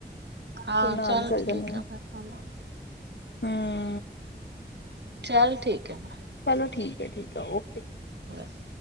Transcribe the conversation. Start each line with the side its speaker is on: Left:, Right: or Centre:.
Right: ਹਾਂ,
Left: ਨਾਲ
Right: ਚਲ
Left: ਚੱਲ
Right: ਠੀਕ
Left: ਜਾਂਦੀ
Right: ਆ ਫਿਰ ਕੰਮ
Left: ਹੂੰ।
Right: ਚੱਲ ਠੀਕ ਹੈ ਫਿਰ ‌।
Left: ਚਲੋ ਠੀਕ ਹੈ-ਠੀਕ ਹੈ ਓਕੇ।
Right: ਬਸ।